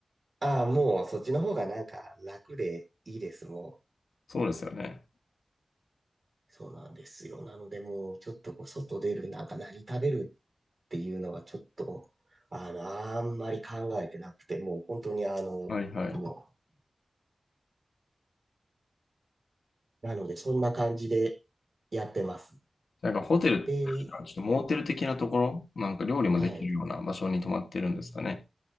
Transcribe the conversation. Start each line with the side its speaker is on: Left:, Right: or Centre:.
Right: ああ、もうそっちの方がなんか楽でいいです、もう。
Left: そうですよね。
Right: そうなんですよ。なのでもうちょっとこう外出る、なんか何食べるっていうのがちょっと、あの、あんまり考えてなくて、もう本当にあの、
Left: はいはい。
Right: もう、なのでそんな感じでやってます。
Left: なんかホテルっていうか、
Right: で、
Left: ちょっとモーテル的なところ、なんか料理もできるような場所に泊まってるんですかね。
Right: はい。